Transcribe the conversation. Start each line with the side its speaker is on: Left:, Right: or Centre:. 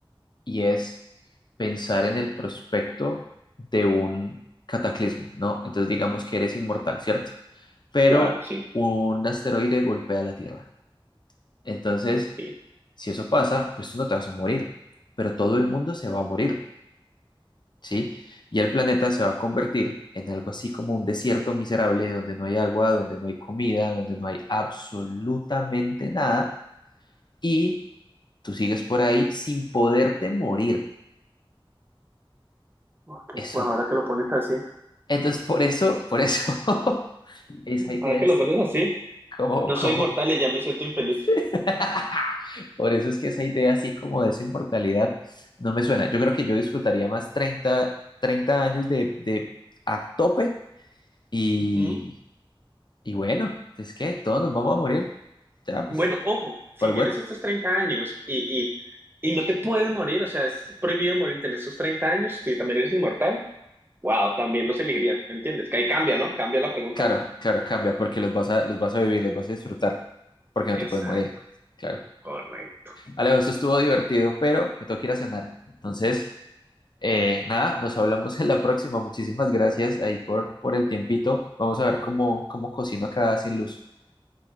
Left: y es pensar en el prospecto de un cataclismo, ¿no? Entonces digamos que eres inmortal, ¿cierto? Pero
Right: Claro, sí,
Left: un asteroide golpea la Tierra. Entonces,
Right: sí.
Left: si eso pasa, pues tú no te vas a morir, pero todo el mundo se va a morir. ¿sí? Y el planeta se va a convertir en algo así como un desierto miserable donde no hay agua, donde no hay comida, donde no hay absolutamente nada y tú sigues por ahí sin poderte morir.
Right: Ok,
Left: Eso,
Right: bueno, ahora que lo pones así.
Left: entonces por eso, por eso <laughs> esa idea
Right: Ahora que
Left: así
Right: lo pones así,
Left: como,
Right: no
Left: como,
Right: soy inmortal y ya me siento infeliz.
Left: <laughs> por eso es que esa idea así como de esa inmortalidad no me suena. Yo creo que yo disfrutaría más treinta treinta años de, de a tope y
Right: Ujú.
Left: Y bueno, es que todos nos vamos a morir. Ya,
Right: Bueno,
Left: pues,
Right: ojo, si
Left: para el
Right: tienes
Left: hueco.
Right: estos 30 años y, y, y no te puedes morir, o sea, es prohibido morirte en estos 30 años, si también eres inmortal, wow, también los elegiría, ¿me entiendes? Que ahí cambia, ¿no? Cambia la pregunta.
Left: Claro, claro, cambia, porque los vas a, los vas a vivir, los vas a disfrutar, porque
Right: Exacto,
Left: no te puedes morir. Claro.
Right: correcto. <laughs>
Left: Alejo, esto estuvo divertido, pero me tengo que ir a cenar. Entonces, eh, nada, nos hablamos en la próxima. Muchísimas gracias ahí por, por el tiempito. Vamos a ver cómo, cómo cocino acá sin luz.